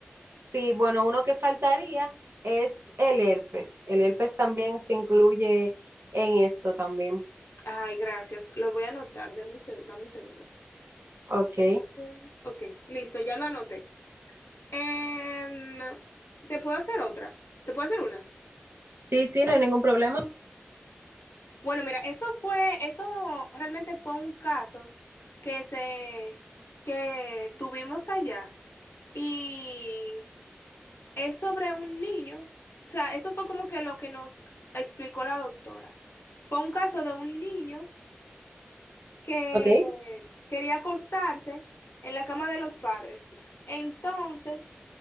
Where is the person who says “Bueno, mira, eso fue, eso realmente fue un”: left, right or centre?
Left